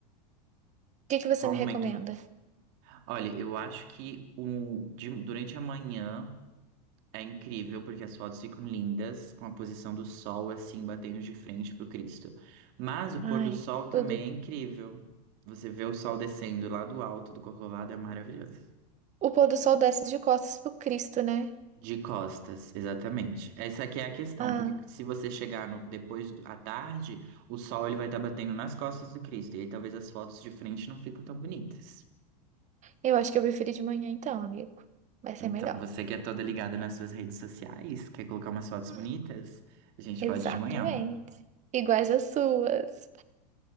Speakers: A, on the right; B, on the right.
A: que que você
B: Qual
A: me
B: momento
A: recomenda?
B: Olha, eu acho que o, de- durante a manhã é incrível, porque as fotos ficam lindas, com a posição do sol assim, batendo de frente pro Cristo. Mas o
A: Ai,
B: pôr do sol também
A: tudo.
B: é incrível. Você vê o sol descendo lá do alto do Corcovado, é maravilhoso.
A: O pôr do sol desce de costas pro Cristo, né?
B: De costas, exatamente. Essa aqui é a questão,
A: Ah,
B: porque se você chegar no- depois do- à tarde, o sol ele vai estar batendo nas costas do Cristo, e aí talvez as fotos de frente não ficam tão bonitas.
A: eu acho que eu preferi de manhã então, amigo. Vai ser
B: Então,
A: melhor.
B: você que é toda ligada nas suas redes sociais, quer colocar umas fotos
A: Hum,
B: bonitas? A gente
A: exatamente.
B: pode de manhã.
A: Iguais às suas.